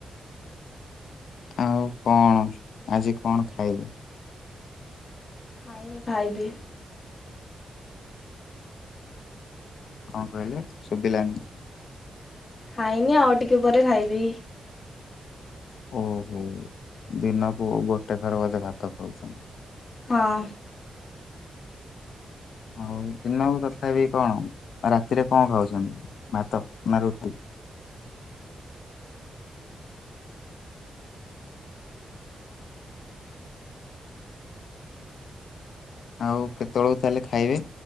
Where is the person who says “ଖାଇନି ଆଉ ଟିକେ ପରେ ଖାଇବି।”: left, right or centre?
Left